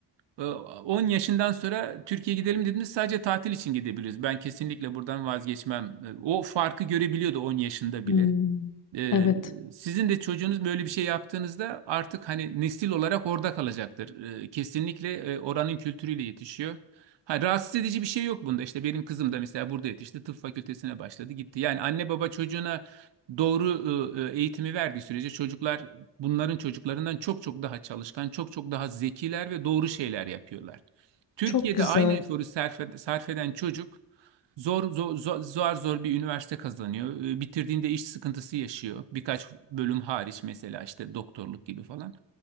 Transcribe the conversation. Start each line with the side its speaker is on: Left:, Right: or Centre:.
Right: Ee, 10 yaşından sonra Türkiye gidelim dediğimiz sadece tatil için gidebiliriz. Ben kesinlikle buradan vazgeçmem. Ee, O farkı görebiliyordu on yaşında
Left: Hmm,
Right: bile. Ee,
Left: evet,
Right: sizin de çocuğunuz böyle bir şey yaptığınızda artık hani nesil olarak orada kalacaktır. Ee, kesinlikle e, oranın kültürüyle yetişiyor. Ha, rahatsız edici bir şey yok bunda. İşte benim kızım da mesela burada yetişti. Tıp fakültesine başladı gitti. Yani anne baba çocuğuna doğru e, e, eğitimi verdiği sürece çocuklar bunların çocuklarından çok çok daha çalışkan, çok çok daha zekiler ve doğru şeyler yapıyorlar. Türkiye'de
Left: çok güzel.
Right: aynı eforu sarf, sarf eden çocuk Zor, zor, zor, zor zor bir üniversite kazanıyor. Ee, Bitirdiğinde iş sıkıntısı yaşıyor. Birkaç bölüm hariç mesela işte doktorluk gibi falan.